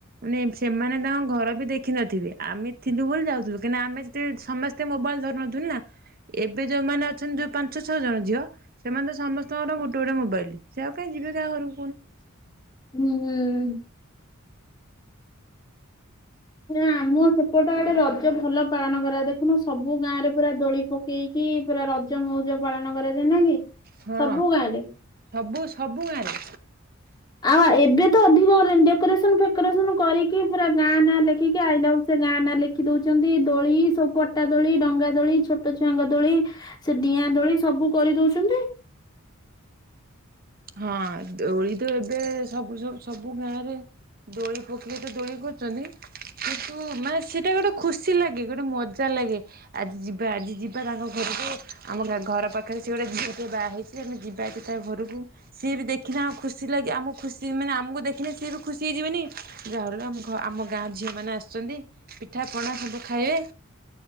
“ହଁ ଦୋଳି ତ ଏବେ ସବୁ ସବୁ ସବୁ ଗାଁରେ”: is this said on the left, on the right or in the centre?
Right